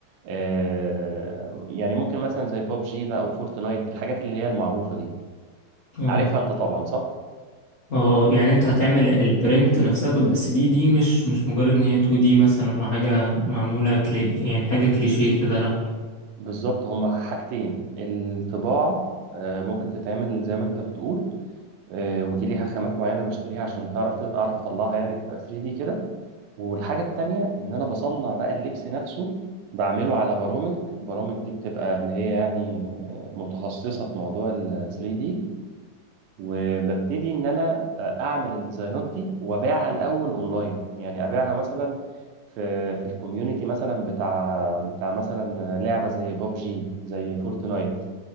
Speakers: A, on the right (about 80°); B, on the left (about 80°).
A: آه، يعني ممكن مثلا زي بوب جي بقى او فورتنايت الحاجات اللي هي المعروفه دي
B: اه
A: عارفها انت طبعا صح
B: اه آه. يعني انت هتعمل البرنت نفسها تبقى 3 دي مش مش مجرد ان هي 2 دي مثلا وحاجة معمولة كلي يعني حاجة كليشيه كده لا
A: بالظبط هما حاجتين الطباعة آه، ممكن تتعمل زي ما انت بتقول آه، ودي ليها خامات معينة بشتريها عشان تعرف تط- اعرف اطلعها يعني تبقى 3D كده والحاجة التانية ان انا بصنع بقى اللبس نفسه بعمله على برامج برامج دي بتبقى اللي هي يعني آه، متخصصة في موضوع ال 3D وببتدي ان انا آه، اعمل الديزاينات دي وابيعها الاول اونلاين يعني ابيعها مثلا في في الكوميونتي مثلا بتاع بتاع مثلا لعبه زي بابجي زي فورتنايت